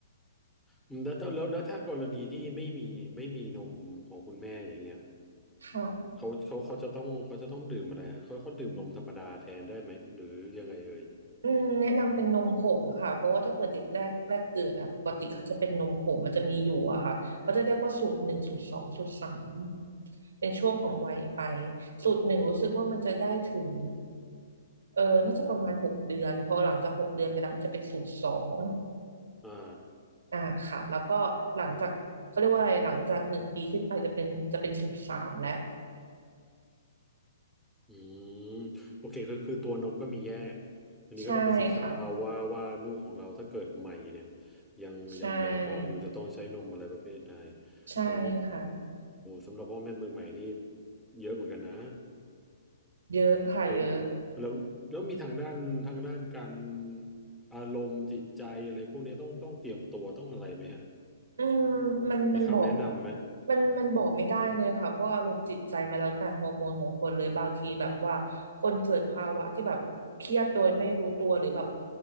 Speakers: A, in the centre; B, on the right (about 85°).
A: อืมแล้วแล้วแล้วแล้วถ้ากรณีที่ไม่มีไม่มีนมของคุณแม่อย่างเงี้ย
B: ค่ะ
A: เขาเขาเขาจะต้องเขาจะต้องดื่มอะไรฮะเขาเขาดื่มนมธรรมดาแทนได้ไหมหรือยังไงเอ่ย
B: อืมแนะนำเป็นนมผงค่ะเพราะว่าถ้าเปิดเด็กแรกแรกเกิดอะปกติเขาจะเป็นนมผงมันจะมีอยู่อะค่ะเขาจะเรียกว่าสูตรหนึ่งสูตรสองสูตรสามเป็นช่วงของวัยไปสูตรหนึ่งรู้สึกว่ามันจะได้ถึง
A: อื
B: เออน่าจะประมาณหกเดือนพอหลังจากหกเดือนไปแล้วมันจะเป็นสูตรสอง
A: อ่า
B: อ่าค่ะแล้วก็หลังจากเขาเรียกว่าอะไรหลังจากหนึ่งปีขึ้นไปจะเป็นจะเป็นสูตรสามแล้ว
A: อืมโอเคคือคือตัวนมก็มีแยกอันนี้ก็ต้องไปศึกษาเอาว่าว่าลูกของเราถ้าเกิดใหม่เนี่ย
B: ใช่ค่ะ
A: ยังยังแบบเบาะอยู่จะต้องใช้นมอะไรประเภทไหน
B: ใช่ใช่ค่ะ
A: โอ้สำหรับพ่อแม่มือใหม่นี่เยอะเหมือนกันนะ
B: เยอะค่ะเยอะ
A: แล้วแล้วแล้วมีทางด้านทางด้านการอารมณ์จิตใจอะไรพวกนี้ต้องต้องเตรียมตัวต้องอะไรไหมฮะ
B: อืมมันมันบอก
A: มีคำแนะนำไหม
B: มันมันบอกไม่ได้เลยค่ะเพราะอารมณ์จิตใจมาแล้วแต่ฮอร์โมนของคนเลยบางทีแบบว่าคนเกิดภาวะที่แบบเครียดโดยไม่รู้ตัวหรือแบบ